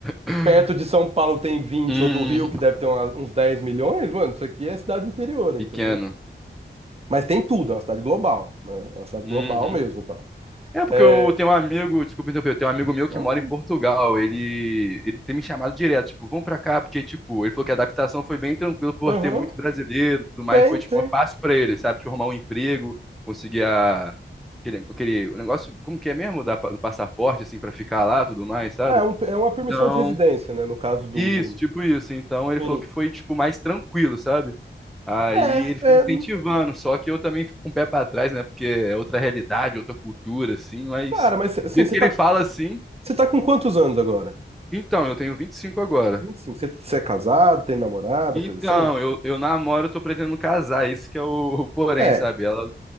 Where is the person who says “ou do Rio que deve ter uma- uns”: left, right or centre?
Right